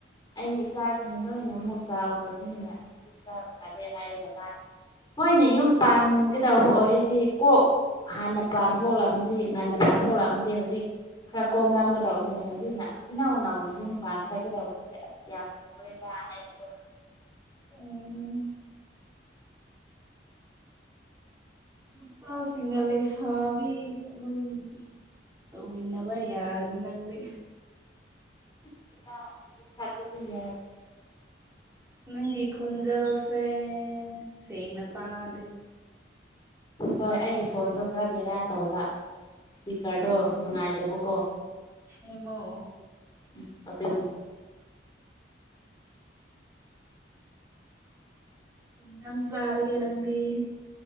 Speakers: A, on the left; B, on the right.
A: ꯑꯩꯗꯤ ꯏꯆꯥꯁꯤꯡ ꯂꯣꯏꯅ ꯑꯃꯨꯛ ꯆꯥꯎꯈ꯭ꯔꯕꯅꯤꯅ ꯑꯩꯗꯤ ꯈꯔ ꯐꯔꯦ ꯍꯥꯏꯒ ꯃꯅ ꯍꯣꯏꯅꯦ ꯌꯨꯝ ꯄꯥꯟꯒꯗꯧꯕ ꯑꯣꯏꯔꯗꯤ ꯀꯣꯛ ꯍꯥꯅ ꯄꯥꯟ ꯊꯣꯛꯂꯝꯃꯗꯤ ꯉꯥꯟꯅ ꯄꯥꯟ ꯊꯣꯛꯂꯝꯒꯗꯤ ꯍꯧꯖꯤꯛ ꯈꯔ ꯀꯣꯝꯂꯝꯒꯗꯧꯕꯅꯤ ꯍꯧꯖꯤꯛꯅ ꯏꯅꯥꯎ ꯅꯥꯎꯅ ꯌꯨꯝ ꯄꯥꯟꯈ꯭ꯔꯒꯗꯧ ꯁꯦ ꯑꯁ ꯌꯥꯝ ꯂꯣꯏꯔꯗ ꯍꯥꯏꯅꯀꯣ
B: ꯎꯝ ꯏꯆꯥꯁꯤꯡꯅ ꯂꯩ ꯁꯥꯥꯕꯤ <unintelligible> ꯇꯧꯃꯤꯟꯅꯕ ꯌꯥꯔꯅꯤ ꯅꯪꯗꯤ
A: <unintelligible>
B: ꯅꯪꯒꯤ ꯈꯣꯟꯖꯦꯜꯁꯦ ꯁꯦꯡꯅ ꯇꯥꯗꯦ
A: ꯍꯣꯏ ꯑꯩꯒꯤ ꯐꯣꯟꯗꯣ ꯈꯔ ꯕꯦꯔ ꯇꯧꯕ ꯏꯁꯄꯤꯀꯔꯗꯣ
B: ꯑꯥ
A: ꯅꯨꯡꯉꯥꯏꯇꯕꯀꯣ
B: ꯁꯦꯝꯃꯣ
A: ꯎꯝ ꯑꯗꯨꯒꯤꯅꯤ
B: ꯀꯩ ꯖꯥꯡ ꯆꯥꯔꯒꯦ ꯅꯪꯗꯤ